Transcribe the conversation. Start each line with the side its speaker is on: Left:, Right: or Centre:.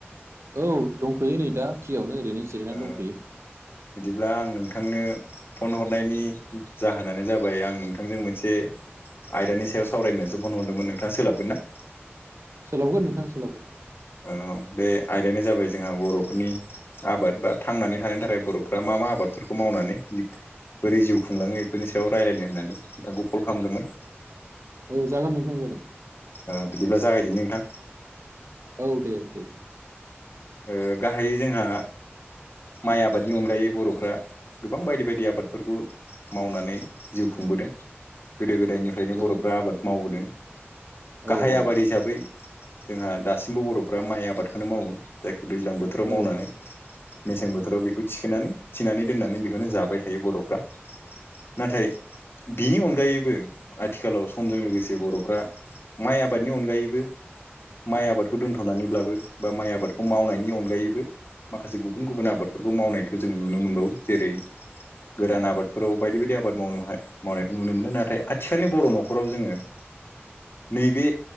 Right: औ दंथ'यो नै दा फ्रियावनो ओरैनो जिरायनानै
Left: ओ
Right: दंथ'यो
Left: बिदिब्ला आं नोंथांनो फन हरनायनि जाहोनानो जाबाय आं नोंथांजों मोनसे आयदानि सायाव सावरायनानैसो फन हरदोंमोन नोंथाङा सोलाबगोन ना?
Right: सोलाबगोन नोंथां सोलाबगोन
Left: ओ बे आयदायानो जाबाय जोंहा बर'फोरनि आबाद बा थांनानै थानायनि थाखाय बर'फ्रा मा मा आबादफोरखौ मावनानै बोरै जिउ खुंलाङो बेफोरनि सायाव रायज्लायनो होननानै नोंथांखौ कल खालामदोंमोन।
Right: औ जागोन नोंथां जागोन।
Left: ओ बिदिब्ला जागायदिनि नोंथां
Right: औ दे दे दे
Left: ओ गाहायै जोंहा माइ आबादनि अनगायै बर'फ्रा गोबां बायदि बायदि आबादफोरखौ मावनानै जिउ खुंबोदों गोदो गोदायनिफ्राय नो
Right: औ
Left: बर'फ्रा आबाद मावबोदों
Right: औ
Left: गाहाय आबाद हिसाबै जोंहा दासिमबो बर'फ्रा माइ आबादखौनो मावो जायखौ दैज्लां बोथोराव
Right: औ
Left: मावनानै
Right: औ
Left: मेसें बोथोराव बेखौ थिखोनानै थिनानै दोननानै बेखौनो जाबाय थायो बर'फ्रा नाथाय बिनि अनगायैबो आथिखालाव समजों लोगोसे बर'फ्रा माइ आबादनि अनगायैबो माइ आबादखौ दोन्थ'नानैब्लाबो बा माइ आबाद खौ मावनायनि अनगायैबो माखासे गुबुन गुबुन आबादफोरखौ मावनायखौ जों नुनो मोनबावो जेरै गोरान आबादफोराव बायदि बायदि आबाद मावनो हाय मावनायखौ नुनो मोनो नाथाय आथिखालनि बर' न'खराव जोङो नैबे